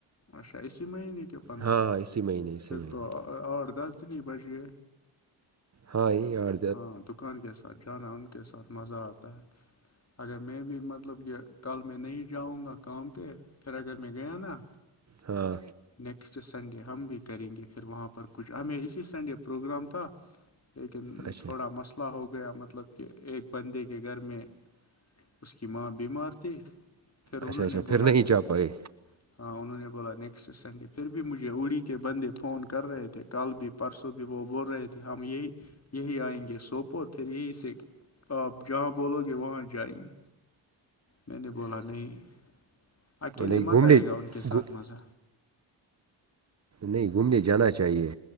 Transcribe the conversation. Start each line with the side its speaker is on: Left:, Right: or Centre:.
Left: اچھا اسی مہینے کے پندرہ
Right: ہاں اسی مہینے اسی
Left: پھر
Right: مہینے
Left: تو اور دس دن ہی بجے
Right: ہاں ار
Left: ہاں دکان کے ساتھ جانا ان کے ساتھ مزہ آتا ہے اگر میں بھی مطلب کہ کل میں نہیں جاؤں گا کام پہ پھر اگر میں گیا نا
Right: ہاں
Left: نیکسٹ سنڈے ہم بھی کریں گے پھر وہاں پر کچھ ہمیں اسی سنڈے پروگرام تھا لیکن
Right: اچھا
Left: تھوڑا مسئلہ ہو گیا مطلب کہ ایک بندے کے گھر میں اس کی ماں بیمار تھی پھر انہوں
Right: اچھا اچھا
Left: نے بولا
Right: پھر نہیں
Left: کہ
Right: جا پائے
Left: ہاں انہوں نے بولا نیکسٹ سنڈے پھر بھی مجھے اڑی کے بندے فون کر رہے تھے ٹال بھی پرسوں بھی وہ بول رہے تھے ہم یہی یہی آئیں گے سوپور پھر یہیں سے آپ جہاں بولو گے وہاں جائیں گے میں نے بولا نہیں اکیلے
Right: نہیں
Left: مت
Right: گھومنے
Left: آئے گا ان کے ساتھ
Right: گھو-
Left: مزہ
Right: نہیں گھومنے جانا چاہیے